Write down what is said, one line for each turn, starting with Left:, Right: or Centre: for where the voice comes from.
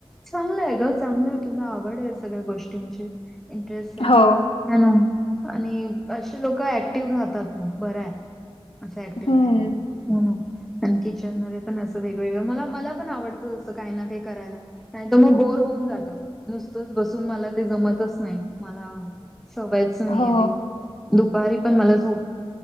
Centre: चांगलं आहे ग चांगल आहे तुला आवड आहे. सगळ्या गोष्टींची इंटरेस्ट आहे.
Left: हो.
Centre: ह ना आणि असे लोक ऍक्टिव्ह राहतात मग बरं हाय. असं ऍक्टिव्ह
Left: हम्म.
Centre: राहत्यात. हो आणि किचन मध्ये पण असं वेगवेगळं मला मला पण आवडत रोजचं काही ना काही करायला नाही तर मग बोर होऊन जातं. नुसतंच बसून मला ते जमतच नाही मला सवयच नाही
Left: हो
Centre: आहे ती दुपारी पण मला झोप